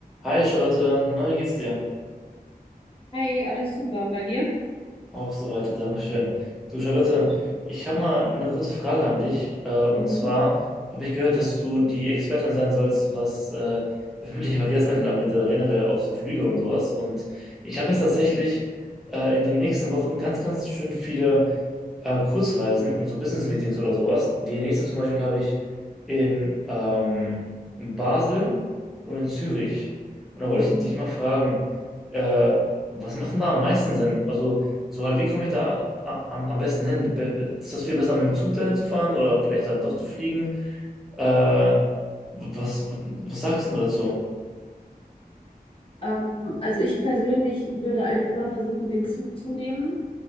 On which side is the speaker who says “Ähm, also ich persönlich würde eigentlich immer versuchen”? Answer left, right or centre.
Left